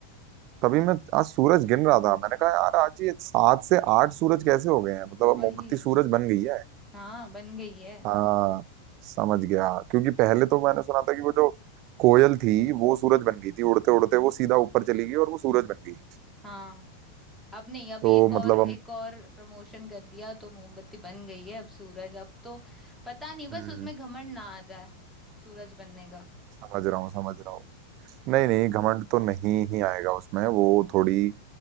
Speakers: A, on the right; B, in the centre.
A: तभी मैं आज सूरज गिन रहा था मैंने कहा यार आज ये सात से आठ सूरज कैसे हो गए हैं मतलब
B: वही
A: अब मोमबत्ती सूरज बन गई है
B: हाँ बन गई है
A: हाँ समझ गया क्योंकि पहले तो मैंने सुना था कि वो जो कोयल थी वो सूरज बन गई थी उड़ते उड़ते वो सीधा ऊपर चली गई और वो सूरज बन गई
B: हाँ अब नहीं अभी
A: तो
B: एक और
A: मतलब
B: एक
A: हम
B: और प्रमोशन कर दिया तो मोमबत्ती बन गई है अब सूरज अब तो पता नहीं बस
A: हम्म
B: उसमें घमंड ना आ जाए सूरज बनने का
A: समझ रहा हूँ समझ रहा हूँ नहीं नहीं घमंड तो नहीं ही आएगा उसमें वो थोड़ी